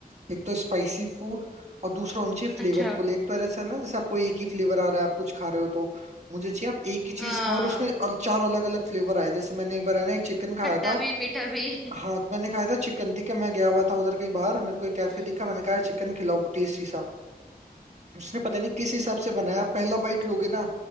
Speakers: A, on the right; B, in the centre.
A: एक तो स्पाइसी फूड और दूसरा होना चाहिए फ्लेवरफुल
B: अच्छा
A: एक तो ऐसा है ना जैसे आपको एक ही फ्लेवर आ रहा है आप कुछ खा रहे हो तो मुझे चाहिए आप एक ही चीज
B: हाँ
A: खाओ और उसमें अल- चार अलग अलग फ्लेवर आए जैसे मैंने एक बार है ना एक चिकन खाया
B: खट्टा
A: था
B: भी मीठा भी <laughs>
A: हाँ तो मैंने खाया था चिकन ठीक है मैं गया हुआ था उधर कहीं बाहर मेरे को एक कैफे
B: हम्म
A: दिखा मैंने कहा चिकन खिलाओ टेस्टी उसने पता नहीं किस हिसाब से बनाया आप पहला बाइट लोगे ना